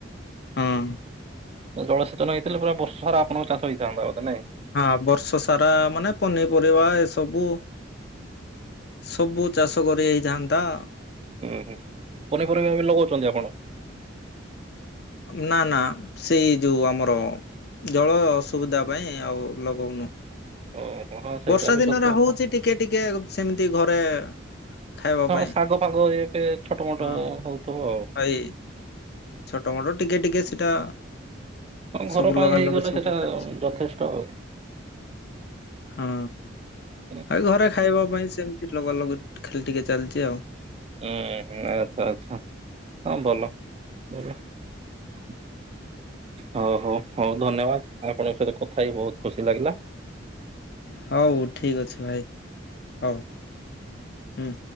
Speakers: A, on the left; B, on the right.
A: ହଁ
B: ଜଳସେଚନ ହେଇଥିଲେ ପୁରା ବର୍ଷ ସାରା ଆପଣଙ୍କର ଚାଷ ହେଇଥାନ୍ତା ବୋଧେ ନାଇଁ?
A: ହଁ ବର୍ଷ ସାରା ମାନେ ପନିପରିବା ଏସବୁ ସବୁ ଚାଷ କରି ହେଇଥାନ୍ତା।
B: ହୁଁ ହୁଁ ପନିପରିବା ବି ଲଗାଉଛନ୍ତି ଆପଣ?
A: ନା ନା ସେଇ ଯୋଉ ଆମର ଜଳ ଅସୁବିଧା ପାଇଁ ଆଉ ଲଗାଉନୁ।
B: ଓହୋ ହଁ ସେଇଟା
A: ବର୍ଷା
B: ବି
A: ଦିନରେ
B: ସତ କଥା।
A: ହଉଛି ଟିକେ ଟିକେ ସେମିତି ଘରେ ଖାଇବା
B: ହଁ
A: ପାଇଁ।
B: ଶାଗ ଫାଗ ଏବେ ଛୋଟ ମୋଟ
A: ହଁ।
B: ହଉଥିବ ଆଉ।
A: ଏଇ ଛୋଟ ମୋଟ ଟିକେ ଟିକେ ସେଟା
B: ହଁ
A: ସବୁ
B: ଘର ପାଇଁ
A: ଲଗା
B: ହେଇଗଲେ
A: ଲଗି ସବୁ
B: ସେଟା
A: ଚାଲିଛି।
B: ଯଥେଷ୍ଟ ଆଉ
A: ହଁ
B: ହୁଁ
A: ଆଉ ଘରେ ଖାଇବା ପାଇଁ ସେମିତି ଅଲଗା ଅଲଗା ଖେଲି ଟିକେ ଚାଲିଛି ଆଉ <inaudible>
B: ହୁଁ ଆଚ୍ଛା ଆଚ୍ଛା ହଁ ଭଲ ଭଲ <inaudible> ହଉ ହଉ ହଉ ଧନ୍ୟବାଦ ଆପଣଙ୍କ ସହିତ କଥା ହେଇ ବହୁତ ଖୁସି ଲାଗିଲା।
A: ହଉ ଠିକ ଅଛି ଭାଇ ହଉ, ହୁଁ।